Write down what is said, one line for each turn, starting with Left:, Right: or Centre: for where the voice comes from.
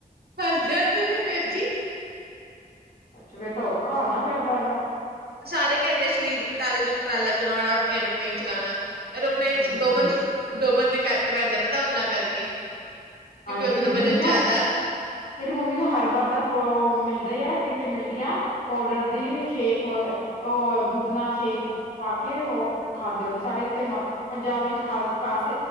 Right: ਫੱਸ ਜਾਂਦੇ ਨੇ ਫੇਰ ਜੀ।
Left: ਅੱਛਾ ਫੇਰ ਤਾਂ ਓਖਾ ਹੋਨਾ ਫੇਰ ਤਾਂ ਐਵੇਂ।
Right: ਸਾਰੇ ਕੈਂਦੇ ਸ਼ਰੀਰ ਘਟਾ ਲੋ ਜੇ ਟਰਾਲਾ ਚਲੌਣਾ, ਏਰੋਪਲੇਨ ਚਲਾਣਾ ਐਰੋਪਲੇਨ
Left: ਹਾਂਜੀ
Right: 'ਚ ਦੋ ਬੰਦ, ਦੋ ਬੰਦੇ ਘੱਟ ਬੈਂਦੇ ਆ ਪਤੈ ਓਨਾਂ ਕਰਕੇ। ਕਿਉਂਕਿ
Left: ਹਾਂਜੀ
Right: ਉਹਨਾਂ
Left: ਫੇਰ
Right: ਦਾ
Left: ਤੁਸੀ
Right: ਵਜਨ
Left: ਨਾ
Right: ਜ਼ਿਆਦਾ
Left: ਤੇਰੀ ਮੰਮੀ ਨਾ ਹਰਬਾਰ ਦਾ ਪੋ ਮਿਲਦੇ ਐ ਕਿੱਟ ਮਿਲਦੀ ਐ ਪੋਡਰ ਦੀ, ਸ਼ੇਕ ਕੋਲ ਅ ਓ ਦੁੱਧ ਨਾਲ ਸ਼ੇਕ ਪਾ ਕੇ ਓ ਖਾਂਦੇ ਹੁੰਦੇ ਸਾਡੇ ਇੱਥੇ ਮਾ ਪੰਜਾਬ ਵਿੱਚ ਖਾਸ, ਕਾਸ